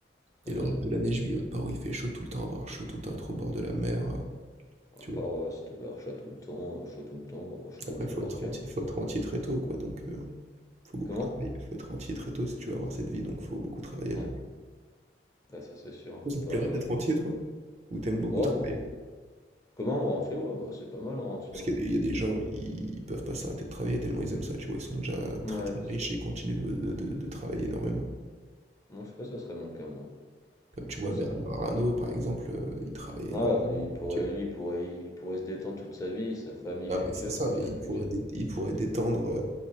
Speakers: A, on the left; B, on the right.
A: Ouais,
B: Et le reste de l'année, je vis au part où il fait chaud, tout le temps avoir chaud, tout le temps être au bord de la mer, euh,
A: Ouais,
B: tu
A: À part,
B: vois.
A: heu, si tu vas chaud tout le temps, heu, chaud tout le temps, heu, je sais pas
B: Après,
A: où tu
B: faut
A: peux partir,
B: être rentier,
A: mais tu
B: faut
A: te
B: être rentier très tôt, quoi. Donc, euh, faut beaucoup
A: comment?
B: travailler. Faut être rentier très tôt si tu veux avoir cette vie, donc faut beaucoup travailler.
A: Ouais,
B: Donc,
A: bah, ça c'est sûr, hein,
B: Toi,
A: faut
B: ça
A: pas
B: te plairait
A: euh,
B: d'être
A: faut
B: rentier, toi? Ou t'aimes beaucoup
A: oh
B: travailler?
A: bah, euh, comment? En rentier? Ouais, bah, c'est pas mal en rentier,
B: Parce
A: hein,
B: qu'il y a des il y a des gens,
A: et toi?
B: ils peuvent pas s'arrêter de travailler tellement ils aiment ça, tu vois? Ils sont déjà
A: Ouais,
B: très, très
A: bah,
B: riches
A: c'est-
B: et ils continuent de de de de travailler énormément.
A: moi je sais pas si ça serait mon cas, moi,
B: Comme tu
A: j'en
B: vois
A: sais
B: Bernard
A: rien.
B: Arnault par exemple, heu, il travaille énormément.
A: Ah, ouais, lui, il pourrait
B: OK.
A: lui, il pourrait il pourrait se détendre toute sa vie, sa famille
B: Ah
A: future,
B: mais c'est ça,
A: future,
B: il pourrait
A: future.
B: dét il pourrait détendre, heu,